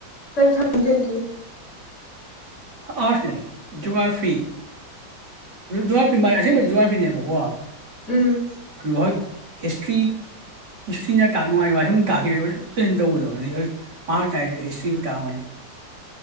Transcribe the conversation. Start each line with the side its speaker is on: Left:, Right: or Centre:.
Left: ꯀꯩ ꯊꯁꯦ ꯀ
Right: ꯑꯥꯔꯁꯅꯦ ꯖꯨꯒꯥ꯭ꯔꯥꯐꯤ ꯖꯨꯒꯥ꯭ꯔꯥꯐꯤ ꯃꯥꯏ ꯑꯁꯦꯡꯕꯗꯤ ꯖꯨꯒꯥ꯭ꯔꯥꯐꯤꯅꯦꯕꯀꯣ
Left: ꯎꯝ
Right: ꯍꯣꯏ ꯍꯤꯁꯇ꯭ꯔꯤ ꯍꯤꯁꯇ꯭ꯔꯤꯅ ꯇꯥꯛ ꯅꯨꯡꯉꯥꯏ ꯁꯨꯝ ꯇꯥꯛꯈꯤꯕ ꯁꯨꯝ ꯇꯧꯕꯗꯣ ꯑꯗꯨꯩ ꯍꯣꯏ ꯃꯍꯥꯛ ꯇꯗꯤ ꯍꯤꯁꯇ꯭ꯔꯤꯕꯨ ꯇꯥꯛꯑꯝꯒꯅꯤ